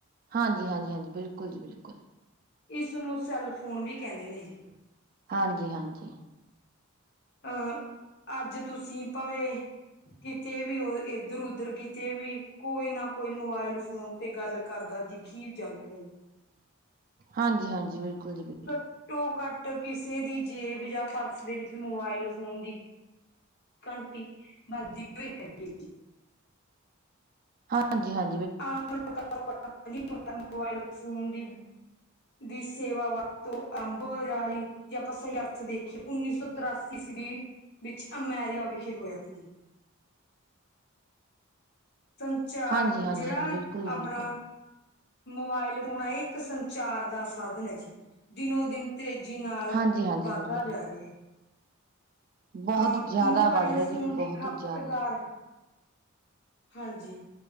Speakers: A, on the right; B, on the left.
A: ਹਾਂਜੀ ਹਾਂਜੀ ਹਾਂਜੀ, ਬਿਲਕੁਲ ਜੀ ਬਿਲਕੁਲ।
B: ਇਸ ਨੂੰ ਸੈਲ ਫੋਨ ਵੀ ਕੈੱਦੇ ਨੇ ਜੀ।
A: ਹਾਂਜੀ ਹਾਂਜੀ।
B: ਅ ਅੱਜ ਤੁਸੀ ਭਾਵੇਂ ਕਿਤੇ ਵੀ ਓ ਏਦਰ ਉਦਰ ਕਿਤੇ ਵੀ ਕੋਈ ਨਾ ਕੋਈ ਮੋਬਾਇਲ ਫੋਨ ਤੇ ਗੱਲ ਕਰਦਾ ਦਿਖੀ ਜਾਵੇਗਾ ਜੀ।
A: ਹਾਂਜੀ ਹਾਂਜੀ ਬਿਲਕੁਲ ਜੀ ਬਿ
B: ਘੱਟੋ ਘੱਟ ਕਿਸੇ ਦੀ ਜੇਬ ਯਾ ਪਰਸ ਦੇ ਵਿੱਚ ਮੋਬਾਇਲ ਫੋਨ ਦੀ ਘੰਟੀ ਵੱਜਦੀ ਪਈ ਹੈਗੀ ਜੀ।
A: ਹਾਂਜੀ ਹਾਂ
B: <unintelligible> ਮੋਬਾਇਲ ਫੋਨ ਦੀ ਦੀ ਸੇਵਾ <unintelligible> ਜੇ ਆਪਾਂ ਸਈ ਅਰਥ ਦੇਖੀਏ ਉੱਨੀ ਸੌ ਤਰਾਸੀ ਈਸਵੀ ਵਿੱਚ ਅਮੈਰੀਕਾ ਵਿਖੇ ਹੋਇਆ ਸੀ। ਸੰਚਾਰ
A: ਹਾਂਜੀ ਹਾਂਜੀ
B: ਜੇੜਾ
A: ਹਾਂਜੀ ਬਿਲਕੁਲ ਜੀ ਬਿਲਕੁਲ
B: ਅਪਣਾ ਮੋਬਾਇਲ ਫੋਨ ਐ ਏਕ ਸੰਚਾਰ ਦਾ ਸਾਧਨ ਐ ਜੀ। ਦਿਨੋ ਦਿਨ ਤੇਜੀ ਨਾਲ
A: ਹਾਂਜੀ ਹਾਂਜੀ
B: ਬਾਧਾ
A: ਬਿਲਕੁਲ
B: ਜਾ ਰੇਆ ਐ।
A: ਬਹੁਤ
B: ਅ
A: ਜ਼ਿਆਦਾ
B: ਮੋਬਾਇਲ
A: ਵੱਧ ਰਿਹਾ
B: ਫੋਨ
A: ਜੀ
B: ਦੀ
A: ਬਹੁਤ
B: ਖਪਤਕਾਰ
A: ਜ਼ਿਆਦਾ
B: ਹਾਂਜੀ।